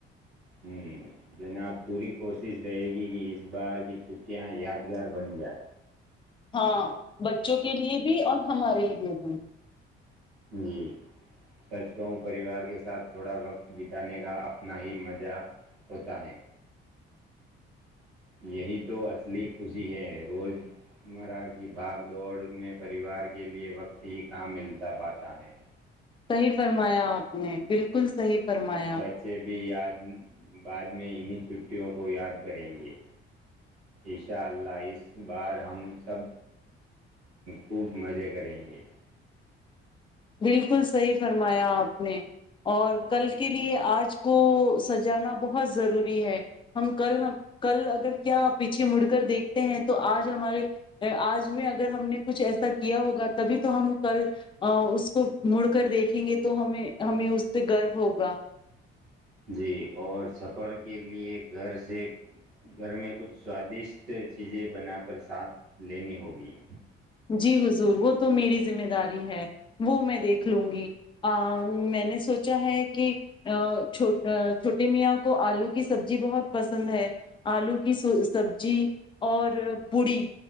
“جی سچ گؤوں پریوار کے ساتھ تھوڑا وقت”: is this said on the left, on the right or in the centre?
Right